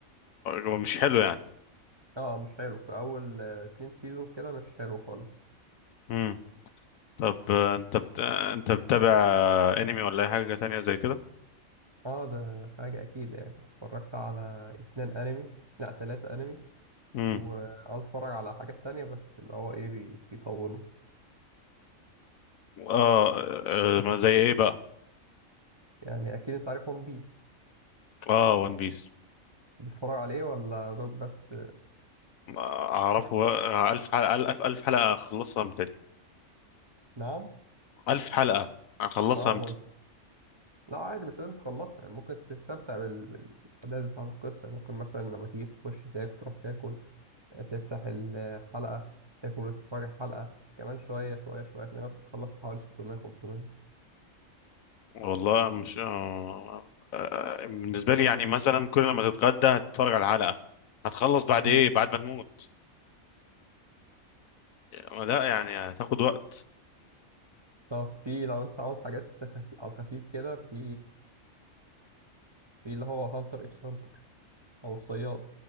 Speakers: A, on the left; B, on the right.
A: هو مش حلو يعني
B: اه مش حلو في اول آه، اتنين سيزون كده مش حلو خالص
A: امم طب آه، انت بت... آه، انت بتتابع آه، انمي ولا اي حاجة تانية زي كده
B: اه ده ده حاجة اكيد يعني اتفرجت على اتنين انمي لا تلاتة انمي
A: امم
B: وعاوز اتفرج على حاجة تانية بس اللي هو ايه بي- بيطولوا
A: اه آه، ما زي ايه بقى
B: يعني اكيد انت عارف ون بيس
A: اه ون بيس
B: بتتفرج عليه ولا دوك بس
A: اعرفه آه، الف حلقة الف الف حلقة اخلصها متى دي؟
B: نعم
A: الف حلقة اخلصها
B: اه برضه لا عادي مش لازم تخلصها يعني ممكن تستمتع بال- بالاحداث بتاعة القصة ممكن مثلا لما تيجي تخش تاكل تروح تاكل تفتح الحلقة تاكل وتتفرج الحلقة كمان شوية شوية شوية تلاقي نفسك خلصت حوالي 600 500
A: والله مش آه... آه، بالنسبة لي يعني مثلا كل لما تتغدى هتتفرج على الحلقة هتخلص بعد
B: <laughs> مم.
A: ايه بعد ما تموت ما لا يعني هتاخد وقت
B: طب في لو انت عاوز حاجات خفي... على الخفيف كده في في اللي هو هانتر اكس هانتر او الصياد